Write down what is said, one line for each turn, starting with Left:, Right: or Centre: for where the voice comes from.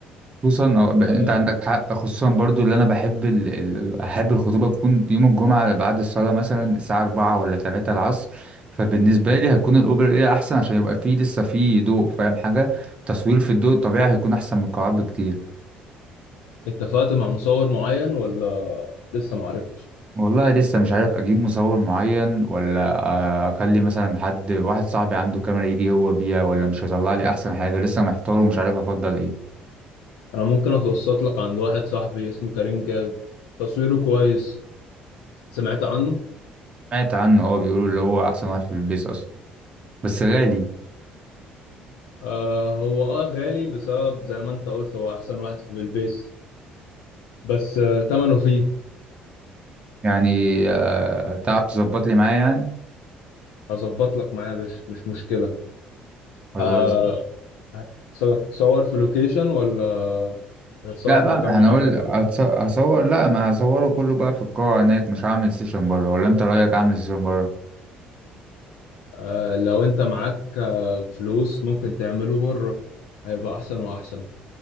Right: خصوصا أو ب- انت
Left: آه،
Right: عندك حق خصوصا برضو اللي انا بحب ال... ال... ال- احب الخطوبه تكون يوم الجمعه بعد الصلاه مثلا الساعه 4 ولا 3 العصر فبالنسبه لي هتكون الاوبر ايه احسن عشان يبقى فيه لسه فيه ضوء فاهم حاجه تصوير في الضوء الطبيعي هيكون احسن من القاعات بكتير
Left: اتفقت مع مصور معين ولا لسه معرفتش
Right: والله لسه مش عارف اجيب مصور معين ولا اكلم مثلا حد واحد صاحبي عنده كاميرا يجي هو بيها ولا مش هيطلع لي احسن حاجه لسه محتار ومش عارف افضل ايه
Left: انا ممكن اتوسط لك عند واحد صاحبي اسمه كريم جاد تصويره كويس سمعت عنه
Right: سمعت عنه اه بيقولوا اللي هو احسن واحد في البيس اصلا بس غالي
Left: آه هو اه غالي بسبب زي ما انت قلت هو احسن واحد في البيس بس آه تمنه فيه
Right: يعني آه، تعرف تظبط لي معاه يعني
Left: هظبط لك معاه يا باشا مش مشكلة
Right: خلاص
Left: آه هتس- هتتصور في لوكيشن ولا هتتصور
Right: لا
Left: في
Right: بقى
Left: مكان
Right: ما
Left: معين
Right: هنقول
Left: ولا
Right: هتص- هصور لا ما هصوره كله بقى في القاعة هناك مش هعمل سيشن بره ولا انت رأيك اعمل سيشن بره
Left: آه لو انت معاك آه فلوس ممكن تعمله بره هيبقى احسن واحسن